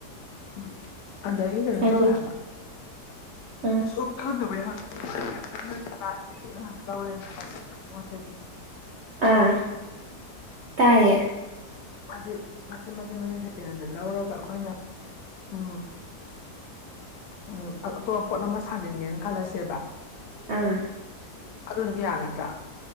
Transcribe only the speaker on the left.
ꯎꯝ ꯍꯟꯗꯗꯒꯤ ꯀꯩꯅꯣ
ꯇꯧꯋꯦ ꯍꯥꯏꯕ
ꯁꯨꯝ ꯈꯪꯗꯅꯕꯩ ꯍ ꯂꯥꯟꯅ ꯂꯧꯔꯦꯅꯉꯣꯟꯗꯤ
ꯍꯥꯏ ꯃꯆꯤꯟꯠ ꯃꯆꯤꯟꯠ ꯃꯆꯤꯟ ꯁꯦꯀꯦꯟꯗ ꯂꯧꯔꯒ ꯑꯩꯈꯣꯏꯅ ꯎ ꯎꯝ ꯑꯇꯣꯞꯄ ꯄꯣꯠ ꯑꯃ ꯁꯥꯅꯤꯡꯒꯦꯅ ꯈꯜꯂꯁꯦꯕ
ꯑꯗꯨ ꯑꯗꯨꯝ ꯌꯥꯒꯗ꯭ꯔꯥ